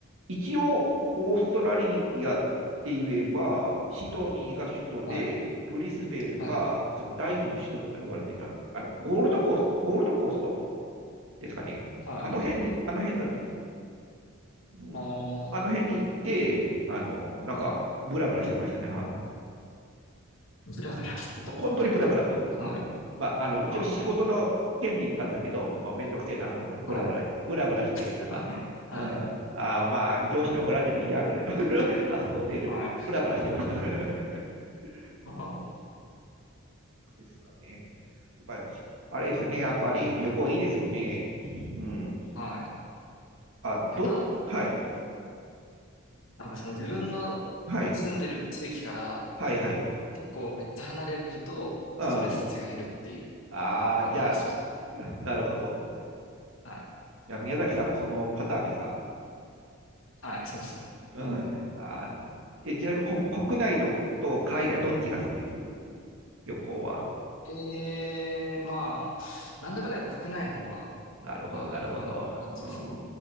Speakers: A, on the right; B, on the left.
A: 一応、オーストラリアって言えば、シドニーが首都で、
B: はい。
A: ブリスベンがその第二の首都とか言われてたんですけど、
B: はい。
A: あの、ゴールドコース、ゴールドコーストですかね。
B: はい。
A: あの辺で、あの辺だったんですよ。うん。
B: あ
A: あの辺に行って、あの、なんか、
B: あ、はい。
A: ブラブラしてましたね。は
B: ブラブラしてたんですね。
A: 本当にブラブラ。
B: はい。
A: うん。まあ、あの、一応仕事の権利行ったんだけど、
B: あ
A: まあ、めんどくせえなと思って、ブラブラ、
B: あ、はい。
A: ブラブラして、なんか、
B: <laughs> はい。
A: うん、あまあ、上司に怒られてもいいやぐらいの <laughs> 発想で、
B: はい。
A: ブラブラしてました。<laughs> うん、
B: ああ
A: ですかね。やっぱり、あれですよね、やっぱり旅行いいですよね。うん。
B: はい。
A: あ、
B: やっぱ、
A: ど、はい、
B: なんかその自分の
A: はい、
B: 住んでる地域から
A: はい、はい。
B: 結構めっちゃ離れるとストレス値が減るっていう
A: うん。ああ、
B: のがあるらしくて。
A: じゃあ、<laughs> なるほど。
B: はい。
A: いや、宮崎さんもそのパターンですか
B: はい、そうですね。
A: うんあで、ちなみにこ国内と、と海外、どっちが好きです旅行は。
B: ええまあ、なんだかんだやっぱ国内の方が、
A: なるほど、
B: まあいいのかなって感じです。
A: なるほど。うん、